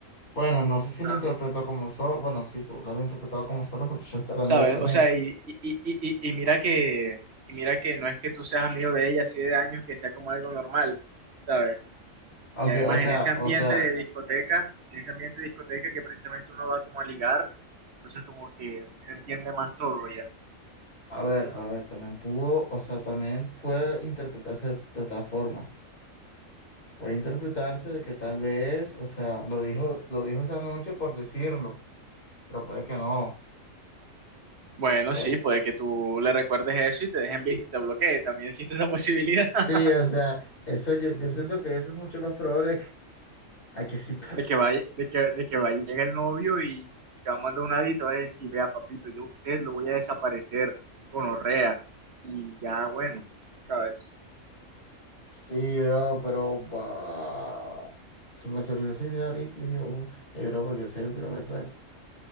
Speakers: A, on the left (about 40°); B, on the right (about 55°).
A: Bueno, no sé si lo
B: a
A: interpretó como solo. Bueno, sí, tú lo has interpretado como solo porque ya está hablando
B: ¿sabes?
A: de poner.
B: O sea, y, y, y, y, y mira que, y mira que no es que tú seas amigo de ella así de años, que sea como algo normal, ¿sabes?
A: Aunque,
B: Y además
A: o sea,
B: en ese ambiente
A: o sea,
B: de discoteca, en ese ambiente de discoteca que precisamente uno va como a ligar, entonces como que se entiende más todo ya.
A: a ver, a ver, también pudo, o sea, también puede interpretarse de otra forma. Puede interpretarse de que tal vez, o sea, lo dijo, lo dijo esa noche por decirlo, pero puede que no.
B: Bueno,
A: Eh,
B: sí, puede que tú le recuerdes eso y te dejen visto y te bloquee, también existe esa posibilidad. <laughs>
A: Sí, o sea, eso yo, yo siento que eso es mucho más probable que, a que sí pase.
B: de que va, de que, de que va a llegar el novio y te va a mandar un audio y te va a decir, vea, papito, yo a usted lo voy a desaparecer con orrea. Y ya, bueno, ¿sabes?
A: Sí, bro, pero bah, se me surgió esa idea ahorita y dije, uh, eh, bro, porque en serio quiero verla. de nuevo.